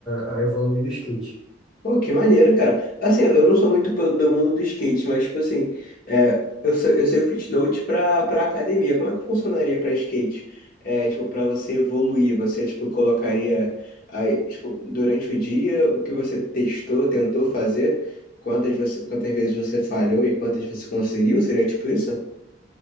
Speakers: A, in the centre; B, on the left (about 45°).
A: a, a evoluir no skate.
B: Pô, que maneiro, cara. Assim, eu não sou muito pe- do mundo do skate, mas, tipo assim, é, eu sei, eu sei o Fitnote pra, pra academia. Como é que funcionaria pra skate? É, tipo, pra você evoluir, você, tipo, colocaria aí, tipo, durante o dia o que você testou, tentou fazer, quantas, você, quantas vezes você falhou e quantas você conseguiu? Seria tipo isso?